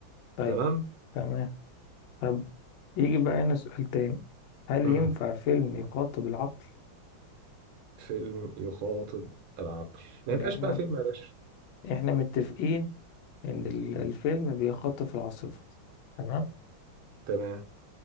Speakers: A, on the left; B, on the right.
A: طيب
B: تمام
A: تمام طب يجي بقى هنا سؤال تاني هل
B: مم.
A: ينفع فيلم يخاطب العقل؟
B: فيلم يخاطب العقل ما
A: يعني
B: يبقاش
A: احنا
B: بقى فيلم يا باشا
A: احنا متفقين إن ال- الفيلم بيخاطب العاصفة تمام
B: تمام